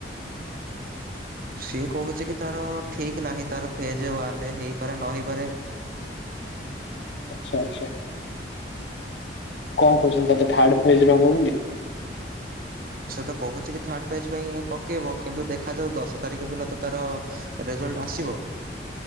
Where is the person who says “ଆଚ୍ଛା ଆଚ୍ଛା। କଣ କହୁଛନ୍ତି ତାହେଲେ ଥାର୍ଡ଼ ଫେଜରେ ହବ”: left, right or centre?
Left